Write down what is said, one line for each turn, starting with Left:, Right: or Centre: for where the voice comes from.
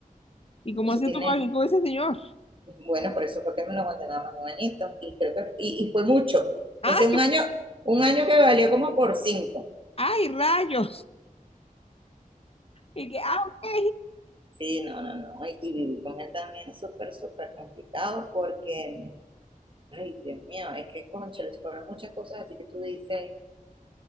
Left: ¿Y cómo
Right: Entonces
Left: hace
Right: tiene,
Left: tu padre con ese señor?
Right: bueno, por eso fue que me lo aguanté nada más un añito y creo que, y, y fue mucho.
Left: ¡Ay,
Right: Ese un año, un año que valió como por cinco.
Left: ay, rayos! Y que, ah, ok.
Right: Sí, no, no, no. Y, y vivir con él también es súper, súper complicado porque, ay, Dios mío, es que, concha, les fueron muchas cosas así que tú dices,